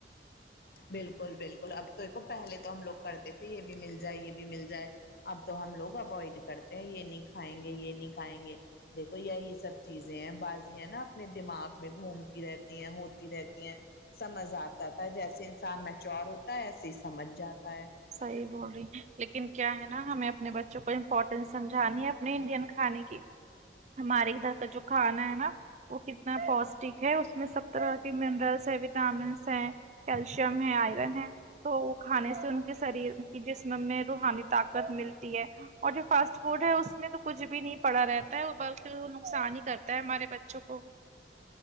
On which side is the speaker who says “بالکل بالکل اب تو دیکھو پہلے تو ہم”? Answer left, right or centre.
Left